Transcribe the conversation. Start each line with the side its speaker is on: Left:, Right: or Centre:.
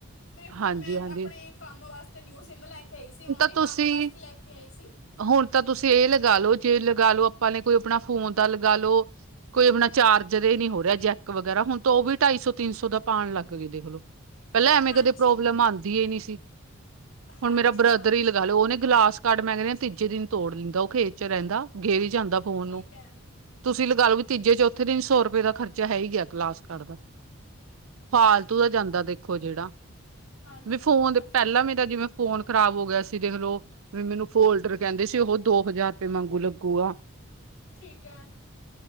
Left: ਤੇ ਹੁਣ
Right: ਹਾਂਜੀ-ਹਾਂਜੀ
Left: ਮੈਂ ਆਪਣੇ ਕੰਮ ਵਾਸਤੇ ਨਿਊ ਸਿੰਮ ਲੈ ਕੇ ਆਈ ਸੀ ਓਨਲੀ
Right: ਤਾਂ ਤੁਸੀਂ
Left: ਕੰਮ ਵਾਸਤੇ ਲੈ ਕੇ ਆਈ ਸੀ।
Right: ਹੁਣ ਤਾਂ ਤੁਸੀਂ ਇਹ ਲਗਾ ਲੋ, ਜੇ ਲਗਾ ਨੇ ਆਪਾਂ ਨੇ ਕੋਈ ਆਪਣਾ ਫੋਨ ਦਾ ਲਗਾ ਲਓ। ਕੋਈ ਆਪਣਾ ਚਾਰਜ ਨੀ ਹੋ ਰਿਹਾ, ਜੈਕ ਵਗੈਰਾ ਹੁਣ ਤਾਂ ਉਹ ਵੀ ਢਾਈ ਸੌ ਤਿੰਨ ਸੌ ਦਾ ਪਾਉਣ ਲੱਗ ਗੇ, ਦੇਖਲੋ ਪਹਿਲਾਂ ਐਵੇਂ
Left: ਹਾਂਜੀ
Right: ਕਦੇ ਪ੍ਰੋਬਲਮ ਆਉਂਦੀ ਨੀ ਸੀ,
Left: ਹਾਂਜੀ
Right: ਹੁਣ ਮੇਰਾ ਬ੍ਰਦਰ
Left: ਹਾਂਜੀ
Right: ਹੀ ਲਗਾ ਲਓ ਉਹਨੇ ਗਲਾਸ ਕਾਰਡ ਮੈਂ ਕਹਿੰਦੇ, ਤੀਜੇ ਦਿਨ ਤੋੜ ਲੈਂਦਾ, ਉਹ ਖੇਤ ਚ ਰਹਿੰਦਾ ਗੇਿਰ ਜਾਂਦਾ। ਫੋਨ
Left: ਠੀਕ
Right: ਨੂੰ,
Left: ਹੈ
Right: ਤੁਸੀਂ
Left: ਠੀਕ
Right: ਲਗਾ
Left: ਹੈ
Right: ਲਓ ਵੀ ਤੀਜੇ ਚੌਥੇ ਤਿੰਨ ਸੌ ਰੁਪਏ ਦਾ ਖਰਚਾ ਹੈ ਹੀ ਗਿਆ ਕਲਾਸ ਕਾਰਡ ਦਾ। ਫਾਲਤੂ
Left: ਠੀਕ
Right: ਦਾ ਜਾਂਦਾ
Left: ਹੈ
Right: ਦੇਖੋ ਜਿਹੜਾ,
Left: ਹਾਂਜੀ
Right: ਵੀ
Left: ਹਾਂ
Right: ਫੋਨ,
Left: ਨਾ ਸਹੀ
Right: ਪਹਿਲਾਂ
Left: ਗੱਲ
Right: ਮੇਰਾ
Left: ਹੈ
Right: ਜਿਵੇਂ ਫੋਨ ਖਰਾਬ ਹੋਗਿਆ ਸੀ ਦੇਖ ਲਓ। ਵੀ ਮੈਨੂੰ ਫੋਲਡਰ ਕਹਿੰਦੇ ਸੀ। ਉਹ ਦੋ ਹਜ਼ਾਰ ਰੁਪਏ ਮਾਂਗੂ ਲੱਗੂਗਾ।
Left: ਠੀਕ ਐ।